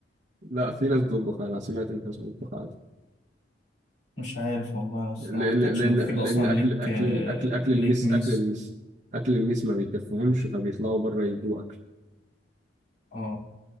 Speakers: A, on the right (about 45°); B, on the left (about 65°).
A: لا في ناس بتطبخ انا سمعت ان في ناس بتطبخ عادي
B: مش عارف والله بس
A: لان
B: ما اعتقدش
A: لان
B: ان كده
A: لان
B: اصلا
A: اكل
B: ليك
A: اكل
B: آه،
A: اكل اكل
B: ليك
A: المس
B: ميس
A: اكل المس اكل المس ما بيكفهمش فبيطلعوا بره يجيبوا اكل
B: اه